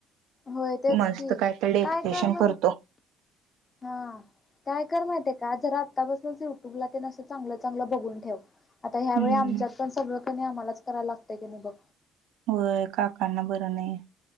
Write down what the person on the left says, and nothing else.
होय तेच
की
काय कर म
हा.. काय कर माहितीये का जरा आत्तापासूनच युट्यूब ला तेन असं चांगलं चांगलं बघून ठेव. आता ह्या
वेळी आमच्यात पण सगळं कणी आम्हालाच करायला लागतंय की नाही बघ.